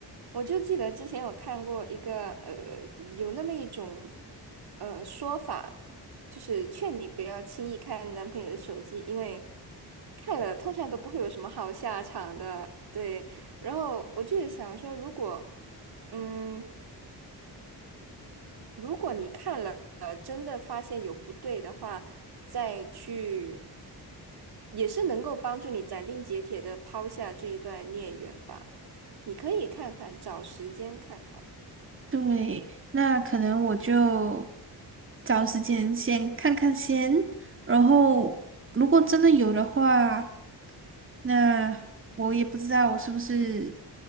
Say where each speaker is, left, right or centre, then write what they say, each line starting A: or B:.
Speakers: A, on the right (about 65°); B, on the right (about 30°).
A: 我就记得之前有看过一个呃，有那么一种呃说法，就是劝你不要轻易看男朋友的手机，因为看了通常都不会有什么好下场的。对，然后我就是想说，如果嗯。如果你看了，呃，真的发现有不对的话，再去，也是能够帮助你斩钉截铁的抛下这一段孽缘吧。你可以看看，找时间看看。
B: 对，那可能我就找时间先看看先，然后如果真的有的话，那我也不知道我是不是